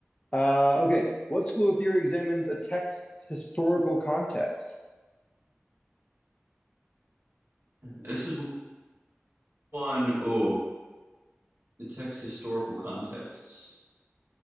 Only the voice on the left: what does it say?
Uh, okay. What school of theory examines a text's historical context?